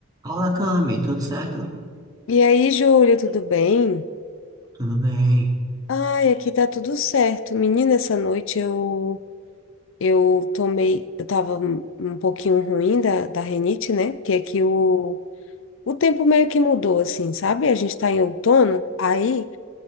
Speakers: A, on the right; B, on the left.
A: Olá, Cami, tudo certo?
B: E aí, Júlia, tudo bem?
A: Tudo bem,
B: Ai, aqui tá tudo certo. Menina, essa noite eu eu tomei, eu tava um um pouquinho ruim da, da rinite, né? Porque aqui o, o tempo meio que mudou, assim, sabe? A gente tá em outono, aí